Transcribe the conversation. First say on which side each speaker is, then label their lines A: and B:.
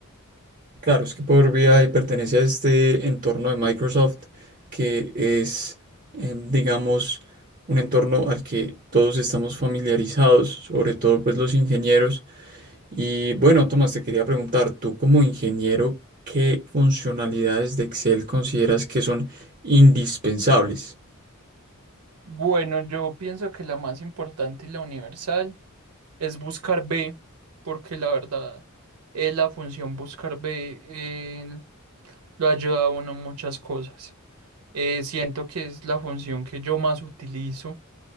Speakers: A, on the right; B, on the right.
A: Claro, es que Power BI pertenece a este entorno de Microsoft que es, eh, digamos, un entorno al que todos estamos familiarizados, sobre todo pues los ingenieros. Y bueno, Tomás, te quería preguntar, tú como ingeniero, ¿qué funcionalidades de Excel consideras que son indispensables?
B: Bueno, yo pienso que la más importante y la universal es buscar B, porque la verdad, eh, la función buscar B eh, lo ayuda a uno en muchas cosas. Eh, siento que es la función que yo más utilizo